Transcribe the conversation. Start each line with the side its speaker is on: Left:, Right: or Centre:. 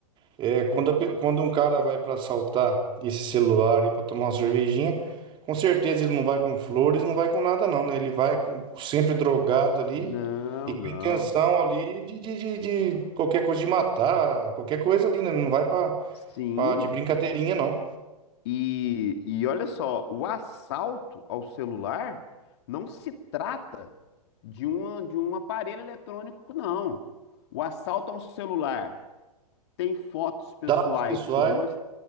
Right: é, quando, a pe- quando um cara vai para assaltar esse celular aí para tomar uma cervejinha, com certeza ele não vai com flores, não vai com nada não, né? Ele vai com- sempre drogado ali
Left: Não,
Right: e com
Left: não.
Right: intenção ali de, de, de, de qualquer coisa de matar, qualquer coisa ali, né? Não vai para
Left: Sim.
Right: de brincadeirinha não.
Left: E, e olha só, o assalto ao celular não se trata de uma, de um aparelho eletrônico, não. O assalto a um celular tem fotos pessoais
Right: Dados pessoais,
Left: suas.